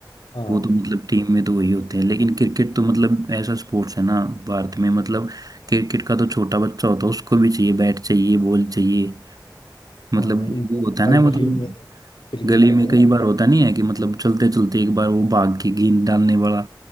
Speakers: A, on the left (about 85°); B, on the right (about 50°).
A: हाँ
B: वो तो मतलब टीम में तो वही होते हैं लेकिन क्रिकेट तो मतलब ऐसा स्पोर्ट्स है ना भारत में मतलब क्रिकेट का तो छोटा बच्चा होता है उसको भी चाहिए बैट चाहिए बॉल चाहिए मतलब
A: हाँ इन
B: वो होता है
A: हर
B: ना मतलब
A: गली में क्रिकेट
B: गली
A: खेलते
B: में कई
A: हैं
B: बार होता नहीं है कि मतलब चलते चलते एक बार वो भाग के गेंद डालने वाला